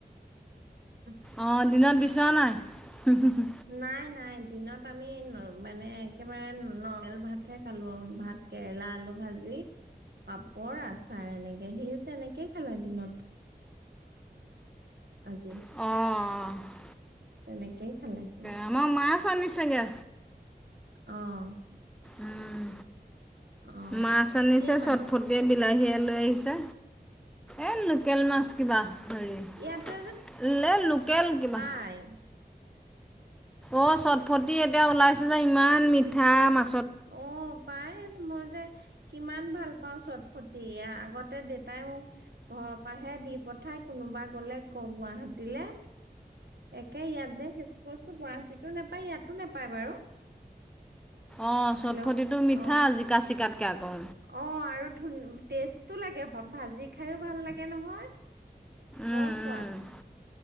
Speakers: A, on the right (about 80°); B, in the centre.
A: উমঁ।
B: অঁহ', দিনত বিচৰা নাই?
A: নাই-নাই দিনত আমি নৰ মানে একেবাৰে নৰ্মেল ভাত'হে খালো আৰু ভাত। কেৰেলা, আলু ভাজি, পাপৰ, আচাৰ এনেকে সিও তেনেকেই খালে দিনত- আজি।
B: অঁ অ
A: তেনেকেই খালে সি।
B: আমাৰ মাছ আনিছে গে
A: অঁ।
B: উম,
A: অ
B: মাছ আনিছে
A: কি মাছ
B: চটফটিয়ে বিলাহীয়ে লৈ আহিছে। এ লোকেল মাছ কিবা হেৰি
A: ইয়াতে
B: লে লোকেল কিবা।
A: হায়।
B: অ, চটফটি এতিয়া ওলাইছে যে ইমান মিঠা মা
A: অ, পাই ইচ মই যে কিমান ভাল পাও চটফটি আগতে দেতাই মোক ঘৰৰ পাহে দি পঠাই। কোনোবা গলে গ গুৱাহাটীলে একে ইয়াত যে বস্তু গুৱাহাটীতো নাপায় ইয়াতো নাপায় বাৰু।
B: অ, চটফটিটো
A: হেল্ল'
B: মিঠা
A: অ
B: জিকা চিকাতকে আকৌ।
A: অ, আৰু ধুন টেষ্টো লাগে ভাজি খাইও ভাল লাগে নহয়।
B: আকৌ
A: বৰ সোৱাদ।